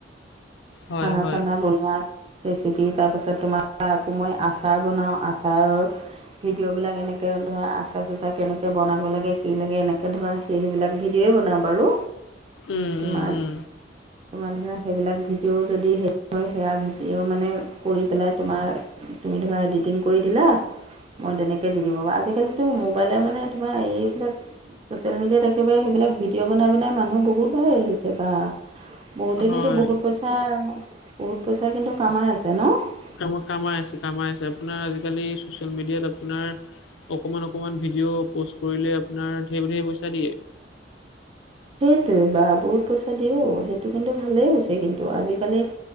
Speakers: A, on the left; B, on the right.
A: হয়,
B: খানা-চানা
A: হয়।
B: বনোৱা। <unintelligible> ৰেচিপি তাৰপাছত তোমাৰ আকৌ মই আচাৰ বনাওঁ আচাৰৰ <inaudible> ভিডিঅ'বিলাক এনেকৈ ধৰা আচাৰ-চাচাৰ কেনেকৈ বনাব লাগে কি লাগে এনেকৈ ধৰা <inaudible> সেইবিলাক ভিডিঅ'ৱে বনাওঁ বাৰু।
A: উম,
B: তোমাৰ-তোমাৰ
A: উম, উম।
B: ধৰা সেইবিলাক ভি <inaudible> ভিডিঅ' যদি হেৰি হয় সেয়া ভিডিঅ' মানে কৰি পেলাই তোমাৰ <inaudible> তুমি ধৰা এডিটিং কৰি দিলা <inaudible> মই তেনেকৈ দিলোঁ। আজিকালিতো মোবাইলৰ মানে তোমাৰ এইবিলাক <inaudible> ছ'চিয়েল মিডিয়াত একেবাৰে সেইবিলাক ভিডিঅ' বনাই-বনাই মানুহ বহুত ভাইৰেল হৈছে বা। <inaudible> বহুতে
A: হয়।
B: কিন্তু বহুত পইচা, বহুত পইচা কিন্তু কামাই আছে ন? <unintelligible>
A: <inaudible> কামাই আছে, কামাই আছে। আপোনাৰ আজিকালি চচিয়েল মিডিয়াত আপোনাৰ অকমান-অকমান ভিডিঅ' প'ষ্ট কৰিলে আপোনাৰ ধেৰ-ধেৰ পইচা দিয়ে। <inaudible>
B: সেইটোৱে বা বহুত পইচা দিয়ে অ। সেইটো কিন্তু ভালেই হৈছে কিন্তু আজিকালি <inaudible>